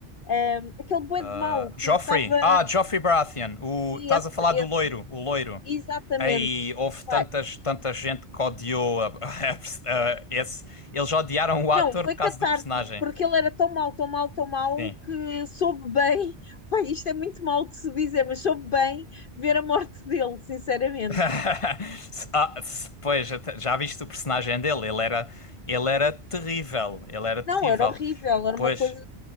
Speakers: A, on the left; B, on the left.
A: Hum, aquele boi
B: ah,
A: de mau que
B: Joffrey.
A: estava.
B: Ah, Joffrey Baratheon. O,
A: Esse,
B: estás a falar
A: esse,
B: do loiro, o loiro.
A: exatamente.
B: Aí houve
A: Pá,
B: tantas, tanta gente que odiou a- <laughs> a pers- a- esse. Eles odiaram o ator
A: Não, foi
B: por causa
A: catártico,
B: do personagem.
A: porque ele era tão mau, tão mau, tão mau,
B: Sim.
A: que soube bem. <laughs> Pá, isto é muito mau de se dizer, mas soube bem ver a morte dele, sinceramente.
B: <laughs> Ah, se- pois, até- já viste o personagem dele? Ele era, ele era terrível. Ele era terrível.
A: Não, era horrível, era
B: Pois,
A: uma coisa.